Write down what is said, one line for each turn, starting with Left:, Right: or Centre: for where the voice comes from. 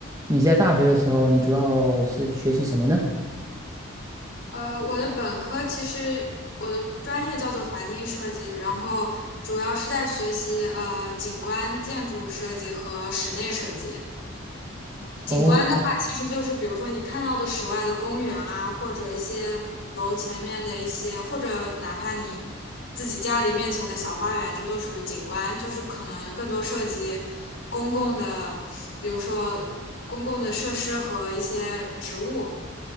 Right: 你在大学的时候，你主要是学习什么呢？
Left: 呃，我的本科其实我的专业叫做环境设计，然后主要是在学习呃景观建筑设计和室内设计。景观的话，
Right: 哦
Left: 其实就是比如说你看到的室外的公园啊，或者一些楼前面的一些，或者哪怕你自己家里面前的小花园，这都属于景观。就是可能更多涉及公共的，比如说公共的设施和一些植物